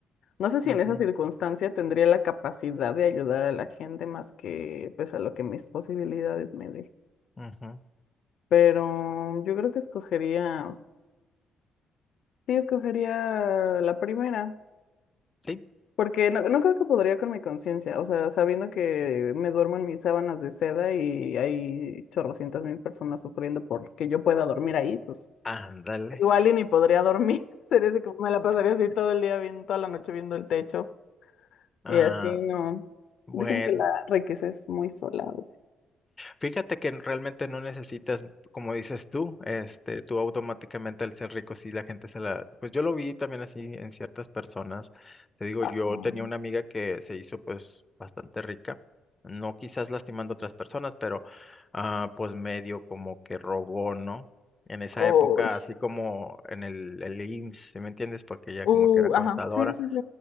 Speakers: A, on the left; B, on the left.
A: no sé si
B: Ujú,
A: en esa circunstancia tendría la capacidad de ayudar a la gente más que pues a lo que mis posibilidades me dejen.
B: ujú.
A: Pero yo creo que escogería, sí, escogería la primera.
B: Sí,
A: Porque no, no creo que podría con mi conciencia, o sea, sabiendo que me duermo en mis sábanas de seda y hay chorrocientas mil personas sufriendo porque yo pueda dormir ahí, pues
B: ándale.
A: igual y ni podría dormir, <laughs> sería así como me la pasaría así todo el día viendo, toda la noche viendo el techo
B: Ah,
A: y así no.
B: bueno.
A: Dicen que la riqueza es muy sola a veces.
B: Fíjate que realmente no necesitas, como dices tú, este, tú automáticamente al ser rico, sí, la gente se la, pues yo lo vi también así en ciertas personas. Te digo,
A: Ajá.
B: yo tenía una amiga que se hizo pues bastante rica, no quizás lastimando a otras personas, pero ah, pues medio como que robó, ¿no? En esa
A: Uy.
B: época, así como en el, el IMSS, ¿sí me entiendes? Porque ella
A: Uh,
B: como que era contadora.
A: ajá. Sí, sí, sí.